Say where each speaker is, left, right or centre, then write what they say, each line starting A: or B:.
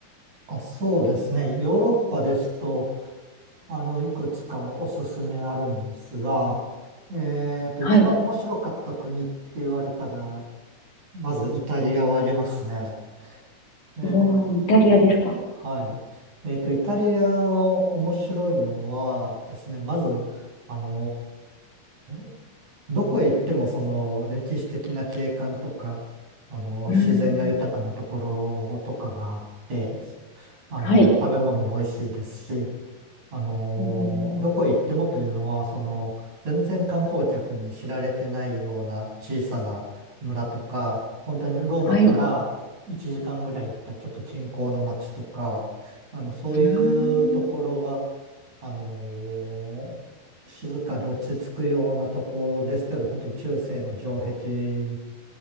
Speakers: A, on the right; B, on the left.
A: あ、そうですね。ヨーロッパですと、あの、いくつかおすすめあるんですが、えっと、
B: はい。
A: 一番面白かった国って言われたら、まずイタリアを挙げますね。えっと、
B: おー、イタリアですか。
A: はい。えっと、イタリアが面白いのはですね、まず、あのーどこへ行ってもその歴史的な景観とか、あの、
B: うーん、
A: 自然が豊かなところとかがあって、あの、
B: はい。
A: 食べ物も美味しいですし、あのーどこへ行ってもというのは、
B: うーん、
A: その、全然観光客に知られてないような小さな村とか、本当にローマから1時間ぐらい行ったちょっと近郊の町とか、
B: はい。う
A: あの、そういうところが、
B: ーん、
A: あのー静かで落ち着くようなところですけど、本当に中世の城壁